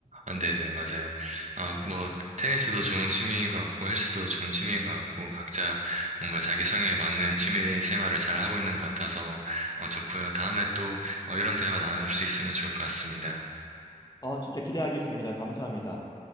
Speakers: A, on the right; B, on the left.
A: 아, 네네, 맞아요. 아, 뭐, 테니스도 좋은 취미인 것 같고, 헬스도 좋은 취미인 것 같고, 각자 뭔가 자기 성향에 맞는 취미 생활을 잘 하고 있는 것 같아서, 어, 좋고요. 다음에 또, 어, 이런 대화 나눌 수 있으면 좋을 것 같습니다.
B: 어, 진짜 기대하겠습니다. 감사합니다.